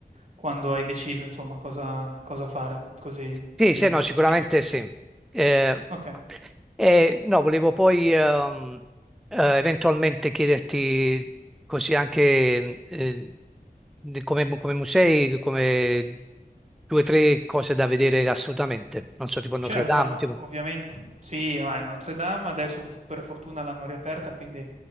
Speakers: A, on the right; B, in the centre.
A: quando hai deciso, insomma, cosa, cosa fare. Così
B: Sì,
A: mi...
B: sì, no, sicuramente
A: mi...
B: sì. Eh,
A: Ok.
B: eh, no, volevo poi ehm, eh, eventualmente chiederti così anche eh, di- come, come musei, come due o tre cose da vedere assolutamente. Non so, tipo Notre
A: Certo,
B: Dame,
A: ma
B: tipo.
A: ovviamente sì, ma Notre Dame adesso f per fortuna l'hanno riaperta, quindi